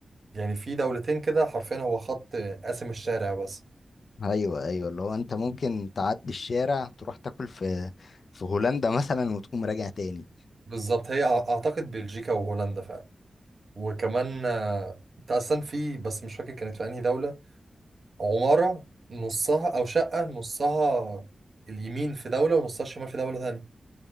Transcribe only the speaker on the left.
ايوه ايوه اللي هو انت ممكن تعدي الشارع تروح تاكل في في هولندا مثلا وتقوم راجع تاني